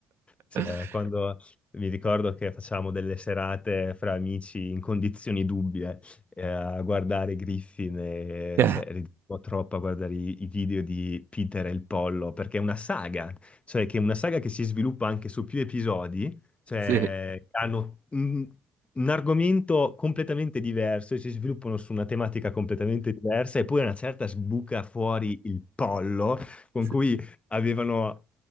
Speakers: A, on the left; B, on the right.
A: Cioè,
B: <laughs>
A: quando mi ricordo che facciamo delle serate fra amici in condizioni dubbie eh, a guardare Griffin, e,
B: Cioè,
A: cioè, ridevamo troppo a guardare i, i video di Peter e il Pollo, perché è una saga, cioè che è una saga che si sviluppa anche su più episodi, cioè
B: sì.
A: hanno un, un argomento completamente diverso e si sviluppano su una tematica completamente diversa e poi a una certa sbuca fuori il Pollo con
B: Sì.
A: cui avevano